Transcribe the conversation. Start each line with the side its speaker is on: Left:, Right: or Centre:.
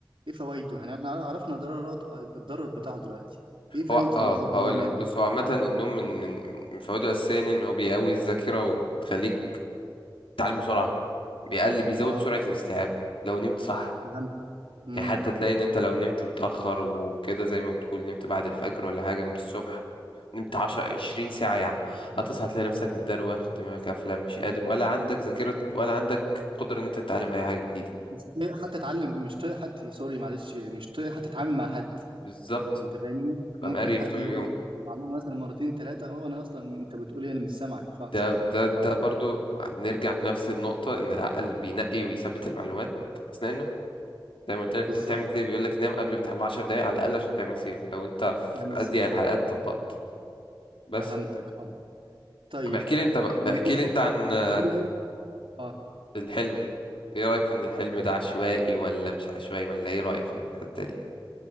Right: ايه فوائده يعني احنا عرفنا ضررات الضرر بتاعه دلوقتي ايه فايده
Left: هو اه
Right: الواحد اللي
Left: هقول
Right: هو ينام
Left: لك بص هو عامة النوم من من من فوائده الأساسية يعني ان هو بيقوي الذاكرة وبتخليك تتعلم بسرعة بيقل بيزود
Right: اه
Left: سرعة الاستيعاب لو نمت صح
Right: فهمت امم
Left: يعني حتى تلاقي ان انت لو نمت متأخر وكده زي ما بتقول نمت بعد الفجر ولا حاجة نمت الصبح نمت 10 20 ساعة يا عم هتصحى تلاقي نفسك متدروخ دماغك قافلة مش قادر ولا عندك ذاكرة ولا عندك قدرة ان انت تتعلم اي حاجة جديدة
Right: مش طايق حتى اتعلم مش طايق حد سوري معلش مش طايق حتى اتعامل مع حد
Left: بالظبط
Right: انت فاهمني
Left: ببقى
Right: ممكن
Left: مقريف
Right: حد
Left: طول
Right: يقول
Left: اليوم
Right: لي المعلومه مثلا مرتين ثلاثه اه انا اصلا انت بتقولي انا مش سامعك فصح
Left: ده ده ده
Right: اه
Left: برضو نرجع لنفس النقطة إن العقل بينقي ويثبت المعلومات أثناء النوم زي ما قلت
Right: بالظبط
Left: لك أنت بتعمل سيف يقول لك نام قبل ما تحب 10 دقايق على الأقل عشان تعمل سيف لو أنت في
Right: يعني
Left: أضيق
Right: سيف
Left: الحلقات
Right: اه
Left: طبقت بس
Right: فهمتك اه طيب
Left: طب احكي لي أنت بقى
Right: بيقولوا
Left: احكي لي أنت عن
Right: بيقولوا
Left: آه،
Right: برضه- اه
Left: الحلم إيه رأيك في إن الحلم ده عشوائي ولا مش عشوائي ولا إيه رأيك في الحتة دي؟